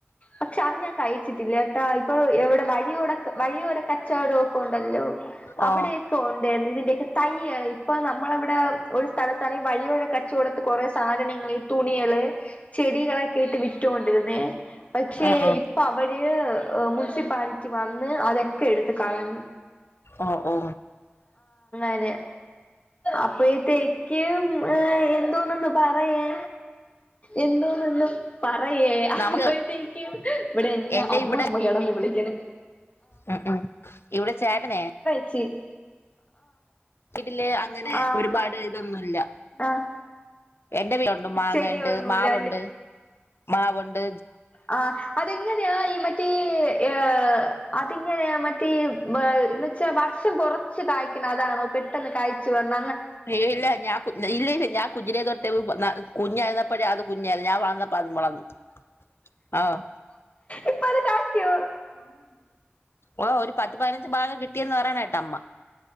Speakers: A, on the left; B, on the left.
A: പക്ഷെ അത് ഞാൻ കഴിച്ചിട്ടില്ലെട്ടൊ ഇപ്പൊ എവിടെ വഴിയൂട വഴിയോര കച്ചവടം ഒക്കണ്ടല്ലോ അവിടെയെക്കെ
B: ഓ
A: ഒണ്ടേര്ന്ന് ഇതിന്റെക്കെ തൈയ്യ് ഇപ്പൊ നമ്മളവിടെ ഒരു സ്ഥലത്താണെ വഴിയോര കച്ചവടത്ത് കൊറെ സാധനങ്ങള്, തുണിയള് ചെടികളൊക്കെ ഇട്ട് വിറ്റോണ്ടിരുന്നേ പക്ഷേ
B: ആഹ് ആഹ്
A: ഇപ്പ അവര് ഓ മുൻസിപ്പാലിറ്റി വന്ന് അതക്കെ എട്ത്ത് കളഞ്ഞ്
B: ഓ ഓ
A: അതെ അപ്പയത്തേക്കും ഉം ഏ എന്തോന്നന്ന് പറയെ എന്തോന്നൊന്ന് പ റയേ അപ്പഴത്തേക്ക്
B: നമുക്ക്
A: ഇവിടെയെന്നെ
B: എന്റെ
A: അമ്മ
B: ഇവിടെ
A: അമ്മ കെടന്ന് വിളിക്ക്ണ്
B: ഉം ഉം ഇവിടെ ചേട്ടനെ
A: ചി
B: ഇതില് അങ്ങനെ
A: ആഹ്
B: ഒരുപാട് ഇതൊന്നുല്ല
A: ആഹ്
B: എന്റെ വ ഉണ്ട് മാങ്ങയുണ്ട്
A: ചെടികളൊന്നുല്ല
B: മാവുണ്ട് മാവ്ണ്ട്
A: ആ അതെങ്ങനെയാ ഈ മറ്റേ ഏഹ് അതിങ്ങനെയാ മ <unintelligible> എന്ന് വെച്ചാൽ വർഷം കൊറച്ച് കായ്ക്കണ അതാണോ പെട്ടെന്ന് കായച്ചു വന
B: ഇല്ല ഇല്ല ഞാ കു ഇല്ല ഇല്ല ഞാൻ കുഞ്ഞിലെ തെട്ടോ <unintelligible> കുഞ്ഞായിരന്ന പ്പോഴെ അത് കുഞ് ഞാൻ <unintelligible> ആഹ്
A: ഇപ്പ അത് <inaudible>
B: ഓ ഒരു പത്ത് പതിനഞ്ച് ഭാഗം കിട്ടിയന്ന് പറയ്ണ് കേട്ട് അമ്മ